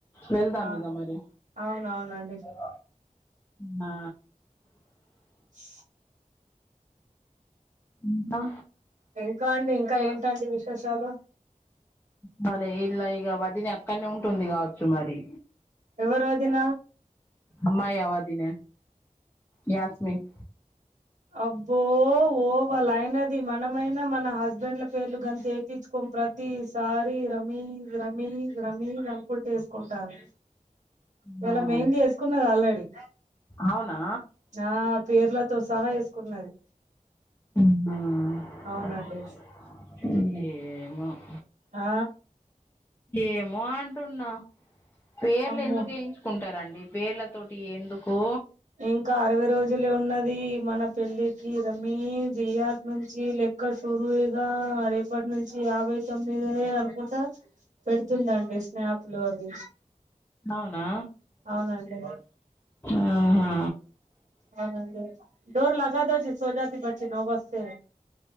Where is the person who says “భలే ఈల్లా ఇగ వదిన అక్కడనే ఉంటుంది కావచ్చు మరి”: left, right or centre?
Left